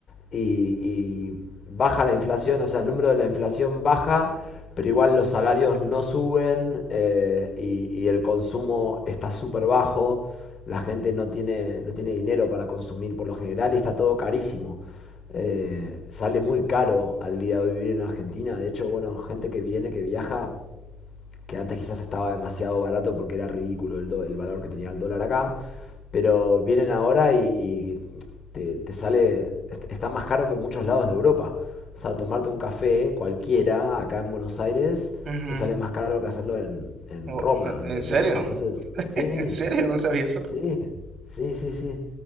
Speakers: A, on the left; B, on the right.
A: y, y baja la inflación, o sea, el número de la inflación baja, pero igual los salarios no suben eh, y, y el consumo está súper bajo, la gente no tiene, no tiene dinero para consumir por lo general y está todo carísimo. Eh, sale muy caro al día de hoy vivir en Argentina, de hecho, bueno, gente que viene, que viaja, que antes quizás estaba demasiado barato porque era ridículo el, do- el valor que tenía el dólar acá, pero vienen ahora y, y te, te sale, está más caro que en muchos lados de Europa. O sea, tomarte un café cualquiera acá en Buenos Aires
B: Ujú.
A: te sale más caro que hacerlo en, en
B: Oh,
A: Roma,
B: ¿En
A: ¿entendés?
B: serio?
A: Entonces,
B: <laughs>
A: sí.
B: ¿En serio? No sabía eso.
A: Sí, sí, sí, sí.